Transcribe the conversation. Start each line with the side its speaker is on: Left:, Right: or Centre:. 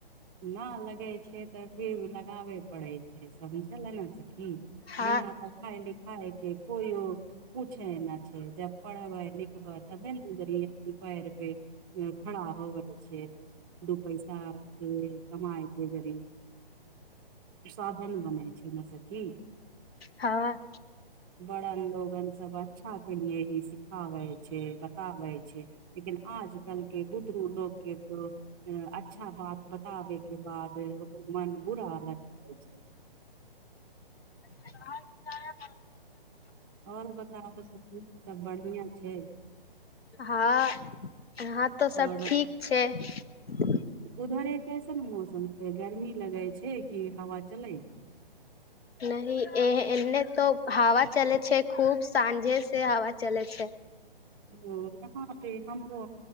Right: ना लगै छै तऽ फिर लगाबै पड़ै छै समझले न सखी
Left: हँ
Right: बिना पढ़ाई लि- खाइके कोइयो पूछे ने छै जब पढ़बै लिखबै तबे जरि अपनी पैर पे खड़ा होवै छै दू पैसाके आरके कमायके जरि साधन बनै छै ने सखी
Left: हाँ
Right: बड़न लोगन सब अच्छाके लिए ही सिखाबै छै बताबै छै लेकिन आजकलके बुतरू लोक के तो हें अच्छा बात बताबे के बाद मन बुरा लग जाइ छै
Left: <unintelligible>
Right: आओर बताउ सखी सब बढ़ियाँ छै
Left: हाँ हाँ तऽ सब
Right: और
Left: ठीक छै <unintelligible>
Right: उधरे कैसन मौसम छै गर्मी लगै छै कि हवा चलै छै
Left: नहि ए-एने तो हावा चलै छै खूब साँझे से हवा चले छै
Right: ओ यहाँ पे हमरो